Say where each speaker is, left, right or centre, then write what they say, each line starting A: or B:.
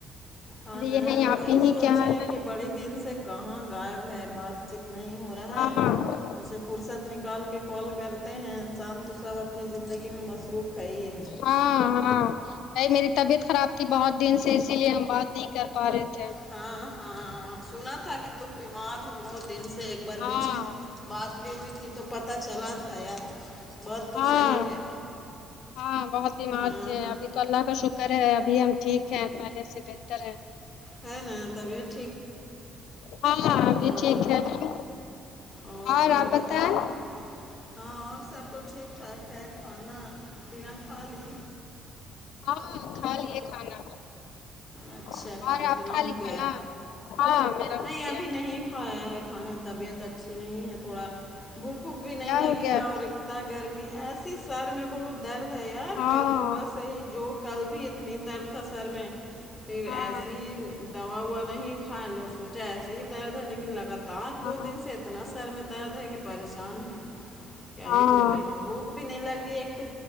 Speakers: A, on the left; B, on the left.
A: ہ
B: ابھی
A: ن ہم
B: یہ ہے آپ
A: وہی
B: ہی
A: سوچے
B: کیا حال
A: ہیں
B: ہے؟
A: کہ بڑے دن سے کہاں گائب ہے بات چیت نہیں ہو رہا
B: ہاں
A: ہے
B: ہاں
A: جسے فرصت نکال کے کال کرتے ہیں انسان تو سب اپنی زندگی میں مصروف ہے ہی ہے
B: ہاں ہاں بھائی میری طبیعت خراب تھی بہت دن سے اسی لیے ہم بات نہیں کر پا رہے تھے
A: ہاں ہاں سنا تھا کہ تم بیمار ہو بہت دن سے ایک بار
B: ہاں
A: بیچ میں بات بھی ہوئی تھی تو پتہ چلا تھا یار بات تو
B: ہاں
A: صحیح ہے
B: ہاں بہت بیمار
A: ہاں
B: تھے
A: ہاں
B: ابھی تو اللہ کا شکر ہے ابھی ہم ٹھیک ہے پہلے سے بہتر ہے
A: ہے نا تبیت
B: ہاں ہاں ا
A: ہاں
B: بھی ٹھیک رہتی ہو
A: او
B: اور آپ بتائیں
A: بتاؤ ہاں اور سب تو ٹھیک ٹھاک ہے کھانا پینا کھا لی
B: ہاں کھا لیے کھانا
A: اچھا
B: اور
A: کھانا
B: آپ
A: پینا
B: کھا
A: ہو
B: لی
A: گیا
B: کھانا ہاں میرا
A: نہیں
B: ہو
A: ابھی
B: گیا
A: نہیں نہیں کھایا ہے کھانا طبیعت اچھی نہیں ہے تھوڑا بھوک وک بھی نہیں
B: کیا
A: لگی
B: ہو گیا
A: ہے اور اتنا گرمی ایسی سر میں بہت درد ہے یار
B: ہاں
A: کل صبح سے ہی جو کل بھی اتنی درد تھا سر میں پھر
B: ہاں
A: ایسی ہی دوا وا نہیں کھائیں لوگ سوچیں ایسے ہی درد ہے لیکن لگاتار تار دو
B: ہاں
A: دن سے اتنا سر میں درد ہے کہ پریشان ہے کیا ہی
B: ہاں
A: بولے ہیں وہ بھی نہیں لگ رہی ایک تو